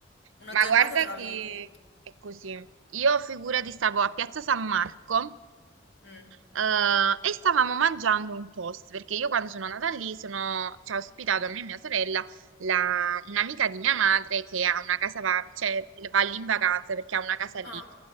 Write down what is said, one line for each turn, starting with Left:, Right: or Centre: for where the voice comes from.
Left: una
Right: Ma
Left: giornata
Right: guarda
Left: te la
Right: che
Left: vedi tutta.
Right: è così. Io figurati stavo a Piazza San Marco
Left: Mm.
Right: Eh, e stavamo mangiando un toast perché io quando sono andata lì sono- ci ha ospitato a me e mia sorella la- un'amica di mia madre che ha una casa, va, cioè, va lì in vacanza perché ha una casa lì.
Left: Ah,